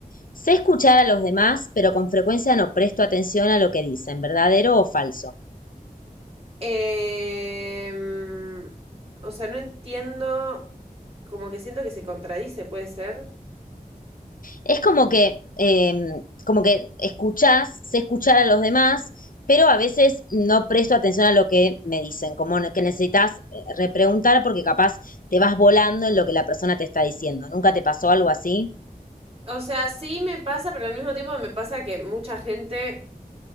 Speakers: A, on the left; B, on the right.
A: sé escuchar a los demás, pero con frecuencia no presto atención a lo que dicen, ¿verdadero o falso?
B: Em, o sea, no entiendo, como que siento que se contradice, ¿puede ser?
A: Es como que, eh, como que escuchás, sé escuchar a los demás, pero a veces no presto atención a lo que me dicen, como no, que necesitas eh, repreguntar porque capaz te vas volando en lo que la persona te está diciendo. ¿Nunca te pasó algo así?
B: O sea, sí me pasa, pero al mismo tiempo me pasa que mucha gente,